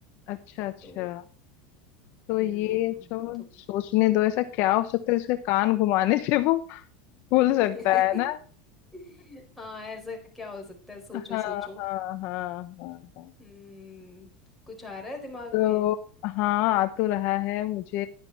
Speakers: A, on the left; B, in the centre.
A: अच्छा अच्छा
B: तो
A: तो
B: हम्म
A: ये जो
B: तो
A: सोचने दो ऐसा क्या हो सकता है जिसके कान घुमाने से वो भूल
B: <laughs>
A: सकता है ना
B: हाँ ऐसा क्या हो सकता है सोचो
A: हाँ हाँ
B: सोचो
A: हाँ हाँ हाँ
B: हम्म कुछ आ रहा है दिमाग
A: तो
B: में
A: हाँ आ तो रहा है मुझे